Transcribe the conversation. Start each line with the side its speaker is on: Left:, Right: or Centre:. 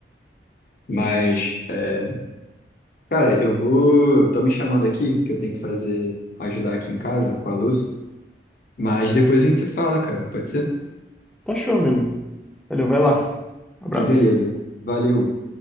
Left: Mas, é, cara, eu vou... Tô me chamando aqui, que eu tenho que fazer... Ajudar aqui em casa, com a luz. Mas depois a gente se fala, cara. Pode ser?
Centre: Tá show, amigo. Valeu, vai lá. Abraço.
Left: Então, beleza. Valeu.